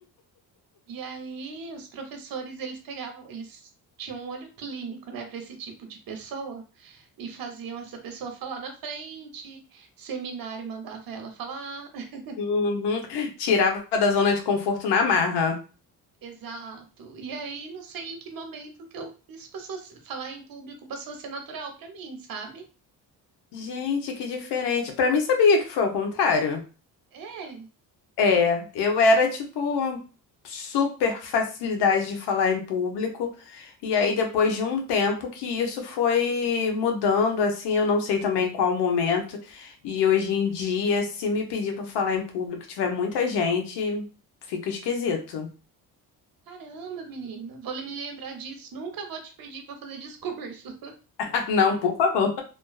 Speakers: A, on the right; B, on the left.
A: E aí, os professores, eles pegavam, eles tinham um olho clínico, né, para esse tipo de pessoa e faziam essa pessoa falar na frente, seminário mandava ela falar. <laughs>
B: Uhum. Tirava da zona de conforto na marra.
A: Exato. E aí, não sei em que momento que eu, isso passou a se- falar em público passou a ser natural para mim, sabe?
B: Gente, que diferente. Pra mim, sabia que foi o contrário.
A: É,
B: É, eu era tipo super facilidade de falar em público. E aí depois de um tempo que isso foi mudando, assim, eu não sei também qual momento. E hoje em dia, se me pedir para falar em público, e tiver muita gente, fica esquisito. <laughs>
A: caramba, menina. Vou me lembrar disso. Nunca vou te pedir pra fazer discurso. <laughs>
B: Ah, não, por favor.